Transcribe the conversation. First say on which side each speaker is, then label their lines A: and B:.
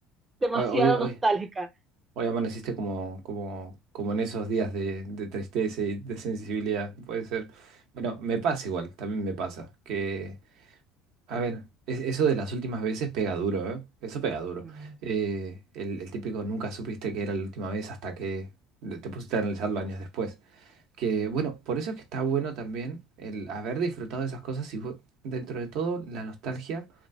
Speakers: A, on the right (about 20°); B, on the right (about 70°).
A: demasiado
B: Hoy, hoy, hoy,
A: nostálgica.
B: hoy amaneciste como, como, como en esos días de, de tristeza y de sensibilidad. Puede ser. Bueno, me pasa igual, también me pasa. Que, a ver, es- eso de las últimas veces pega duro, ¿eh? Eso pega duro.
A: Mm,
B: Eh, el, el típico nunca supiste que era la última vez hasta que te pusiste a analizarlo años después. Que bueno, por eso es que está bueno también el haber disfrutado de esas cosas y bu- dentro de todo la nostalgia